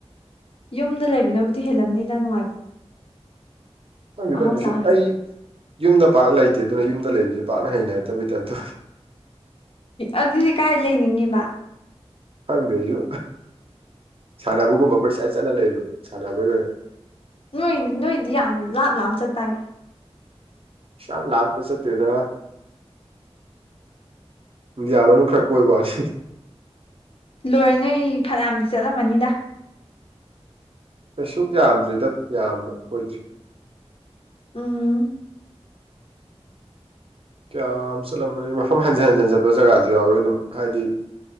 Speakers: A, on the left (about 55°); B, on the right (about 55°).
A: ꯌꯨꯝꯗ ꯂꯩꯕꯅꯕꯨꯗꯤ ꯍꯦꯜꯂꯝꯅꯤꯗ ꯅꯨꯡꯉꯥꯏꯕ
B: ꯈꯟꯗꯦꯗ
A: ꯑꯍꯥꯎ
B: ꯀꯩꯁꯨ
A: ꯆꯥꯕꯁꯦ
B: ꯑꯩ ꯌꯨꯝꯗ ꯄꯥꯛꯅ ꯂꯩꯇꯦ ꯑꯗꯨꯅ ꯌꯨꯝꯗ ꯂꯩꯔꯤꯁꯦ ꯄꯥꯛꯅ ꯍꯩꯅꯗꯕꯒꯤ ꯇꯥꯏꯞ ꯇꯧꯋꯦ
A: ꯑꯗꯨꯗꯤ ꯀꯥꯏ ꯂꯩꯅꯤꯡꯉꯤꯕ
B: ꯈꯣꯗꯦ ꯑꯩꯁꯨ ꯁꯥꯟꯅꯕꯒꯨꯝꯕ ꯀꯣꯏ ꯆꯠ ꯆꯠꯂ ꯂꯩꯕ ꯁꯥꯟꯅꯕꯒꯤ ꯑꯣꯏꯅ
A: ꯅꯣꯏ ꯅꯣꯏꯗꯤ ꯌꯥꯝ ꯂꯥꯞ ꯂꯥꯞꯅ ꯆꯠꯇꯥꯥꯏꯅꯦ
B: ꯁꯃ ꯂ ꯍꯥꯠ ꯄꯩꯁ ꯇꯗ ꯨꯏꯟꯗꯤꯌꯥ ꯃꯅꯨꯡ ꯈꯔ ꯀꯣꯏꯕꯩ ꯋꯥꯅꯤ
A: ꯂꯣꯏꯔꯦ ꯅꯣꯏ ꯐꯅꯌꯥꯝꯗꯤ ꯆꯠꯂꯝꯃꯅꯤꯗ
B: ꯀꯩꯁꯨ ꯌꯥꯝꯗ꯭ꯔꯤꯗ ꯌꯥꯝꯕ ꯑꯣꯏꯗ꯭ꯔꯤ
A: ꯑꯥ
B: ꯀꯌꯥꯝ ꯆꯠꯂꯝꯕꯅꯤ ꯃꯐꯝ ꯍꯟꯖꯤꯟ ꯍꯟꯖꯤꯟ ꯆꯠꯄ ꯖꯒꯥꯁꯨ ꯌꯥꯎꯋꯦ ꯑꯗꯨꯝ ꯍꯥꯏꯗꯤ